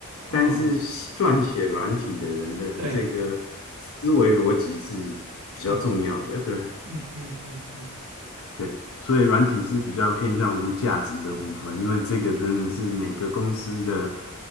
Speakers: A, on the right; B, on the left.
A: 哦，
B: 但是撰写软体的人的这个思维逻辑是比较重要的，
A: 对，嗯
B: 对。
A: 嗯嗯嗯嗯，
B: 对，所以软体是比较偏向无价值的部分，因为这个真的是每个公司的